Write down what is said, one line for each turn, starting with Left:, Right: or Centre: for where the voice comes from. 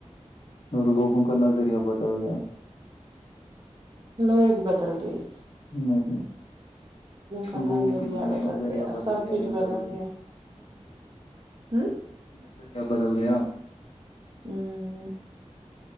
Left: وہ لوگوں کا نظریہ بدل گیا
Right: لوگ بدل گئے
Left: نہیں
Right: کا
Left: لوگوں
Right: نظریہ
Left: کی بیا
Right: بدل
Left: نظریہ
Right: گیا
Left: بدل
Right: سب
Left: گیا
Right: کچھ
Left: نظر
Right: بدل
Left: پ
Right: گیا ہ
Left: نظرییا بدل گیا
Right: ہوں <unintelligible>